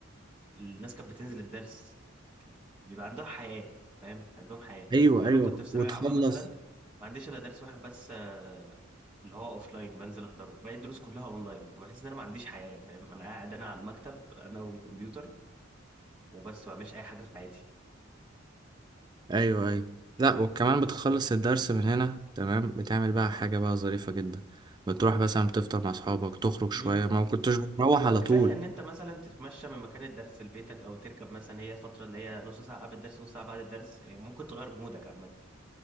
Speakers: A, in the centre; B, on the right (about 20°).
A: الناس كانت بتنزل الدرس كان بيبقى عندها حياه فاهم عندهم حياه
B: ايوه
A: انما
B: ايوه
A: انا كنت في ثانويه
B: وتخلص
A: عامه مثلا ما عنديش الا درس واحد بس آه، اللي هو اوف لاين بنزل احضره باقي الدروس كلها اونلاين فبحس ان انا ما عنديش حياه فاهم انا قاعد انا على المكتب انا والكمبيوتر وبس ما بعملش اي حاجه في حياتي
B: ايوه ايوه لا وكمان بتخلص الدرس من هنا تمام بتعمل بقى حاجة بقى ظريفة جدا بتروح مثلا بتفطر مع اصحابك تخرج شوية
A: امم
B: ما كنتش بتروح
A: هو
B: على
A: كفايه
B: طول
A: ان انت مثلا تتمشى من مكان الدرس لبيتك او تركب مثلا هي فتره اللي هي نص ساعه قبل الدرس نص ساعه بعد الدرس يعني ممكن تغير مودك عامه